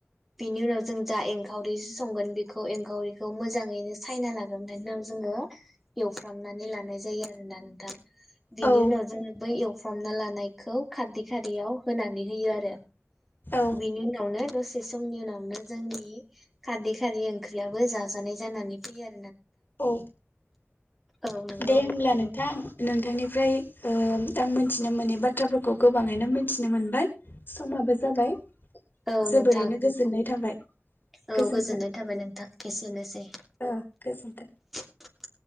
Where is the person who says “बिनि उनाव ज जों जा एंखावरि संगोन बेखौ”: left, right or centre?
Centre